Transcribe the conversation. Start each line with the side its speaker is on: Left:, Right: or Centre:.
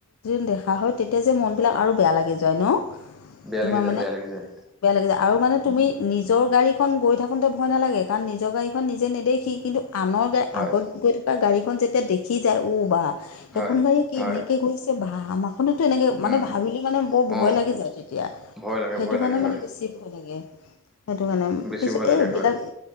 Left: <unintelligible> দেখা হয় তেতিয়া যে মন বিলাক আৰু বেয়া লাগি যায় ন
Centre: বেয়া
Left: তোমাৰ
Centre: লাগি যায়
Left: মানে
Centre: বেয়া লাগি যায়
Left: বেয়া লাগিছে আৰু মানে তুমি নিজৰ গাড়ীখন গৈ থাকোঁতে ভয় নালাগে কাৰণ নিজৰ গাড়ীখন নিজে নেদেখি কিন্তু আনৰ গাড়ী
Centre: হয়
Left: আগত গৈ থকা গাড়ীখন যেতিয়া দেখি যায় অ বা সেইখন
Centre: হয়
Left: গাড়ীয়ে কি
Centre: হয়
Left: এনেকে গৈছ- কে ভা ম ফোনতো এনেকে মানে
Centre: উম
Left: ভাবিলে মানে বৰ
Centre: অ
Left: ভয় লাগি যায় তেতিয়া
Centre: ভয় লাগে
Left: সেইটো
Centre: ভয়
Left: কাৰণে
Centre: লাগে
Left: মানে
Centre: হয়
Left: বেছি ভয় লাগে। সেইটো কাৰণে
Centre: বেছি
Left: কিছু
Centre: ভয় লাগে
Left: এই
Centre: হয়
Left: বিলাক